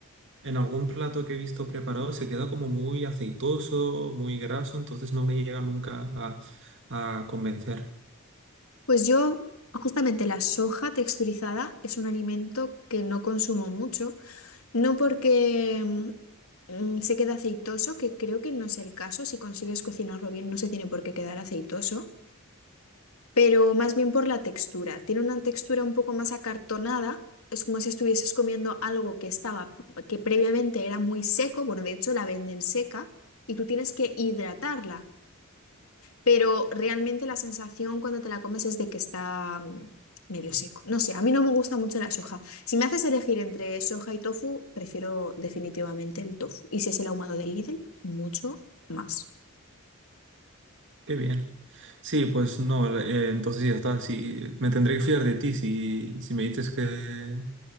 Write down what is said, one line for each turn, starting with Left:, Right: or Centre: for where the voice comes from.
Right: en algún plato que he visto preparado se queda como muy aceitoso, muy graso, entonces no me llega nunca a, a convencer.
Left: Pues yo, justamente la soja texturizada es un alimento que no consumo mucho, no porque mm, mm, se quede aceitoso, que creo que no es el caso, si consigues cocinarlo bien no se tiene por qué quedar aceitoso, pero más bien por la textura. Tiene una textura un poco más acartonada, es como si estuvieses comiendo algo que estaba, que previamente era muy seco, bueno, de hecho la venden seca y tú tienes que hidratarla pero realmente la sensación cuando te la comes es de que está mm, medio seco. No sé, a mí no me gusta mucho la soja. Si me haces elegir entre soja y tofu, prefiero definitivamente el tofu. Y si es el ahumado del Lidl, mucho más.
Right: Qué bien. Sí, pues no, la- eh, entonces ya está. Sí, me tendré que fiar de ti si, si me dices que,